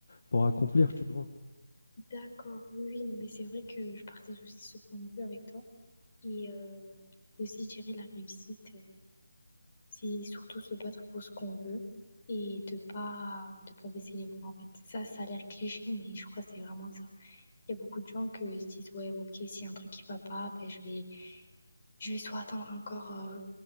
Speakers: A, on the left (about 55°); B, on the left (about 30°).
A: pour accomplir, tu vois.
B: D'accord, oui, oui, non, mais c'est vrai que je partage aussi ce point de vue avec toi. Et euh, aussi gérer la réussite. euh, C'est surtout se battre pour ce qu'on veut et de pas de pas baisser les bras en fait. Ça, ça a l'air cliché, mais je crois que c'est vraiment ça. Il y a beaucoup de gens qui se disent ouais, ok, s'il y a un truc qui va pas, ben je vais je vais soit attendre encore euh,